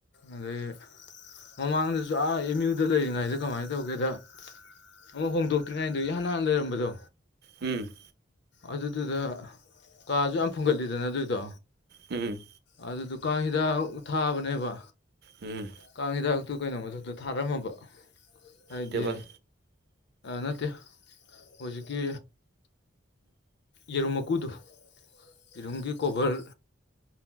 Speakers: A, on the left (about 55°); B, on the right (about 55°).
A: ꯑꯗꯩ ꯃꯃꯥꯡꯗꯁꯨ ꯑꯥ ꯑꯦꯝ ꯌꯨ ꯑꯗꯨꯗ ꯂꯩꯔꯤꯉꯩꯗ ꯀꯃꯥꯏꯅ ꯇꯧꯒꯦꯗ ꯑꯃꯨꯛ ꯍꯣꯡꯗꯣꯛꯇ꯭ꯔꯤꯉꯩꯗ ꯏꯍꯥꯟ ꯍꯥꯟꯅ ꯂꯩꯔꯝꯕꯗꯣ
B: ꯎꯝ
A: ꯑꯗꯨꯗꯨꯗ ꯀꯥꯁꯨ ꯌꯥꯝ ꯐꯨꯡꯒꯠꯂꯤꯗꯅ ꯑꯗꯨꯏꯗꯣ
B: ꯎꯝ
A: ꯑꯗꯨ ꯗꯨꯀꯥꯟꯁꯤꯗ ꯊꯥꯕꯅꯦꯕ
B: ꯎꯝ
A: ꯀꯥꯡ ꯍꯤꯗꯥꯛꯇꯨ ꯀꯩꯅꯣ ꯃꯊꯛꯇ ꯊꯥꯔꯝꯃꯕ ꯍꯥꯏꯗꯤ
B: ꯇꯦꯕꯜ
A: ꯅꯠꯇꯦ ꯍꯧꯖꯤꯛꯀꯤ ꯌꯦꯔꯨꯝ ꯃꯀꯨꯗꯨ ꯏꯔꯨꯝꯒꯤ ꯀꯣꯕꯔ